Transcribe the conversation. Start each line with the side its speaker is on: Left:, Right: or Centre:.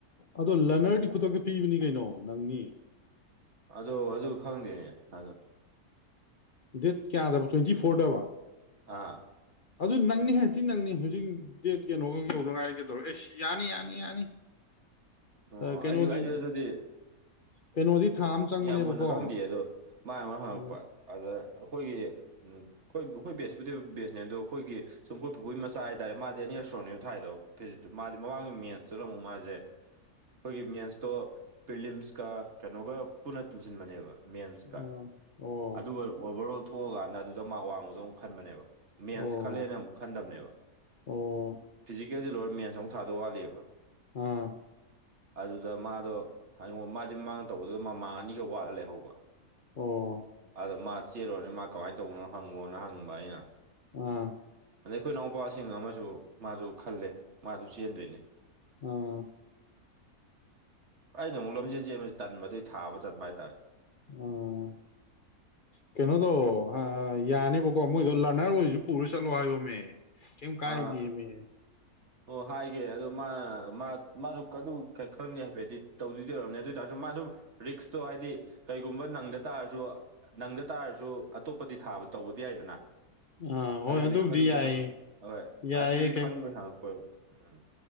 Left: ꯑꯗꯣ ꯂꯅꯔꯗꯤ ꯈꯨꯗꯛꯇ ꯄꯤꯕꯅꯤ ꯀꯩꯅꯣ ꯅꯪꯅꯤ
Right: ꯑꯗꯣ ꯑꯗꯨ ꯈꯪꯗꯦ ꯑꯗꯣ
Left: ꯗꯦꯠ ꯀꯌꯥꯗꯕ ꯇ꯭ꯋꯦꯟꯇꯤ ꯐꯣꯔꯗꯕ
Right: ꯑꯥ
Left: ꯑꯗꯨ ꯅꯪꯅꯤꯍꯦ ꯊꯤ ꯅꯪꯅꯤ ꯍꯧꯖꯤꯛ ꯗꯦꯠ ꯀꯅꯣꯈꯛ ꯌꯧꯗ ꯉꯥꯏꯔꯤ ꯀꯩꯗꯧꯔꯒꯦ ꯑꯦꯁ ꯌꯥꯅꯤ ꯌꯥꯅꯤ ꯌꯥꯅꯤ
Right: ꯑꯣ
Left: ꯀꯩꯅꯣꯗꯤ
Right: ꯑꯩꯁꯨ ꯑꯩꯁꯨ ꯑꯗꯨꯗꯤ
Left: ꯀꯩꯅꯣꯗꯤ
Right: ꯎꯝ
Left: ꯊꯥ ꯑꯃ ꯆꯪꯕꯅꯦꯕꯀꯣ
Right: ꯌꯥꯝ ꯃꯨꯟꯅ ꯈꯪꯗꯦ ꯑꯗꯣ ꯃꯥ ꯑꯩꯉꯣꯟ ꯍꯪꯉꯛꯄ
Left: ꯑꯣ
Right: ꯑꯗ ꯑꯩꯈꯣꯏꯒꯤ ꯑꯩꯈꯣꯏ ꯑꯩꯈꯣꯏ ꯕꯦꯁꯄꯨꯗꯤ ꯕꯦꯁꯅꯦ ꯑꯗꯣ ꯑꯩꯈꯣꯏꯒꯤ ꯁꯨꯝ ꯑꯩꯈꯣꯏ ꯄꯨꯄꯨꯒꯤ ꯃꯆꯥ ꯍꯥꯏꯇꯥꯔꯦ ꯃꯥꯗꯤ ꯑꯅꯤꯔꯛ ꯁꯨꯔꯕꯅꯦ ꯊꯥꯏꯗꯣ ꯐꯤꯖꯤꯠꯇꯨ ꯃꯥꯗꯤ ꯃꯃꯥꯡꯒꯤ ꯃꯦꯟꯁꯇꯨꯅ ꯑꯃꯨꯛ ꯃꯥꯖꯦ ꯑꯩꯈꯣꯏꯒꯤ ꯃꯦꯟꯁꯇꯣ ꯄ꯭ꯔꯤꯂꯤꯝꯁꯀ ꯀꯩꯅꯣꯒ ꯄꯨꯟꯅ ꯇꯤꯟꯁꯤꯟꯕꯅꯦꯕ ꯃꯦꯟꯁꯀ
Left: ꯑꯣ
Right: ꯑꯗꯨꯒ ꯑꯣꯚꯔ ꯑꯣꯜ ꯊꯣꯛꯑꯀꯥꯟꯗ ꯑꯗꯨꯗ ꯃꯥꯔ ꯋꯥꯡꯕꯗꯣ ꯑꯃꯨꯛ ꯈꯟꯕꯅꯦꯕ
Left: ꯑꯣ
Right: ꯃꯦꯟꯁ ꯈꯜꯂꯦꯅ ꯑꯃꯨꯛ ꯈꯟꯗꯝꯕꯅꯦꯕ
Left: ꯑꯣ ꯑꯣ
Right: ꯐꯤꯖꯤꯀꯦꯜꯁꯦ ꯂꯣꯏꯔ ꯃꯦꯟꯁ ꯑꯃꯨꯛ ꯊꯥꯗꯧ ꯋꯥꯠꯂꯤꯕ
Left: ꯑꯥ
Right: ꯑꯗꯨꯗ ꯃꯥꯗꯣ ꯍꯥꯏꯉ ꯃꯥꯗꯤ ꯃꯃꯥꯡꯗ ꯇꯧꯕꯗꯨꯗ ꯃꯥꯃꯥꯡ ꯑꯅꯤꯈꯛ ꯋꯥꯠꯂ ꯂꯩꯍꯧꯕ
Left: ꯑꯣ
Right: ꯑꯗꯣ ꯃꯥ ꯆꯦꯜꯂꯨꯔꯅꯦ ꯃꯥ ꯀꯃꯥꯏꯅ ꯇꯧꯕꯅꯣ ꯍꯪꯉꯣꯅ ꯍꯪꯕ ꯑꯩꯅ
Left: ꯑꯥ
Right: ꯑꯗ ꯑꯩꯈꯣꯏ ꯏꯅꯥꯎꯄ꯭ꯋꯥꯁꯤꯡ ꯑꯃꯁꯨ ꯃꯥꯗꯨ ꯈꯜꯂꯦ ꯃꯥꯖꯨ ꯆꯦꯟꯗꯣꯏꯅꯤ
Left: ꯑꯣ
Right: ꯑꯩꯅ ꯑꯃꯨꯛ ꯂꯝꯖꯦꯟ ꯆꯦꯟꯕꯁꯦ ꯇꯟꯕ ꯍꯥꯏꯇꯔꯦ ꯑꯗꯨꯒꯤ ꯊꯥꯕ ꯇꯟꯕ ꯍꯥꯏꯇꯥꯔꯦ <unintelligible>
Left: ꯑꯥ ꯀꯩꯅꯣ ꯇꯧꯋꯣ ꯑꯥ ꯌꯥꯅꯦꯕꯀꯣ ꯃꯣꯏꯗꯣ ꯂꯔꯅꯔ ꯑꯣꯏꯁꯨ ꯄꯨꯔ ꯆꯠꯂꯣ ꯍꯥꯏꯌꯣꯃꯦ ꯀꯩꯝ
Right: ꯑ
Left: ꯀꯥꯏꯗꯤꯃꯦ
Right: ꯑꯣ ꯍꯥꯏꯒꯦ ꯑꯗꯣ ꯃꯥ ꯃꯥ ꯃꯥꯁꯨ ꯑꯗꯨ ꯈꯪꯅꯤ ꯍꯥꯏꯐꯦꯠꯇꯗꯤ ꯇꯧꯗꯣꯏꯗꯤ ꯑꯣꯢꯔꯝꯅꯤ ꯑꯗꯨ ꯑꯣꯏ ꯇꯥꯔꯁꯨ ꯃꯥꯁꯨ ꯔꯤꯛꯁꯇꯣ ꯍꯥꯏꯗꯤ ꯀꯩꯒꯨꯝꯕ ꯅꯪꯗ ꯇꯥꯔꯁꯨ ꯅꯪꯗ ꯇꯥꯔꯁꯨ ꯑꯇꯣꯞꯄꯗꯤ ꯊꯥꯕ ꯇꯧꯕꯗꯤ ꯌꯥꯏꯗꯅ
Left: ꯑꯥ ꯍꯣꯏ
Right: ꯑꯗꯨꯗꯤ
Left: ꯑꯗꯨꯕꯨꯗꯤ
Right: ꯈꯪꯅꯤꯡꯕꯩ
Left: ꯌꯥꯏꯌꯦ
Right: ꯍꯪꯉꯛ ꯍꯣꯏ
Left: ꯌꯥꯏꯌꯦ
Right: ꯑꯗꯨꯗꯤ ꯈꯪꯅꯤꯡꯕ ꯍꯪꯉꯛꯄ ꯎꯝ